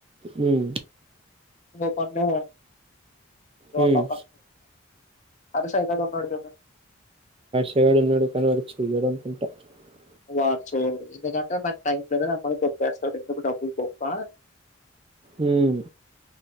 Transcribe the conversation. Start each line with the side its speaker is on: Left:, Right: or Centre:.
Right: మ్మ్
Left: రేపన్నా వాడు
Right: మ్మ్
Left: చదువుకుంటున్నాడు కదా
Right: చేడున్నాడు కానీ వాడు చెయ్యడు అనుకుంటా <unintelligible>
Left: వాడు చెయ్యాడు ఎందుకంటే నాకు టైం లేదు అని వాడు దొబ్బెస్తాడు ఎందుకు డబ్బులు బొక్క
Right: వును